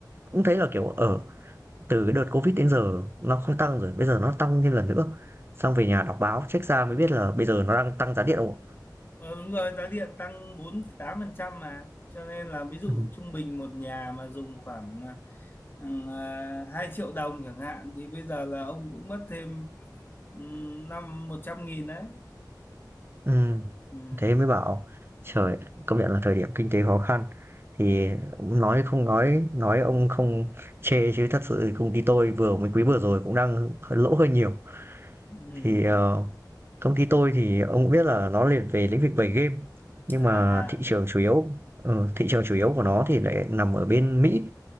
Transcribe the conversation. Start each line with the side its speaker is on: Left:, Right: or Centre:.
Right: cũng thấy là kiểu ở từ cái đợt covid đến giờ nó không tăng rồi bây giờ nó tăng thêm lần nữa xong về nhà đọc báo check ra mới biết là bây giờ nó đang tăng giá điện không
Left: ờ, đúng rồi, giá điện tăng bốn phẩy tám phần trăm mà. Cho nên là ví dụ
Right: Ừ.
Left: trung bình một nhà mà dùng khoảng uh, 2 triệu đồng chẳng hạn thì bây giờ là ông cũng mất thêm um, năm một trăm nghìn đấy.
Right: ừ.
Left: Ừ.
Right: thế mới bảo trời công nhận là thời điểm kinh tế khó khăn thì nói không nói nói ông không chê chứ thật sự công ty tôi vừa mới quý vừa rồi cũng đang lỗ hơi nhiều
Left: Ừ.
Right: thì ờ, công ty tôi thì ông cũng biết là nó liền về lĩnh vực về game nhưng
Left: À.
Right: mà thị trường chủ yếu ờ, thị trường chủ yếu của nó thì lại nằm ở bên Mỹ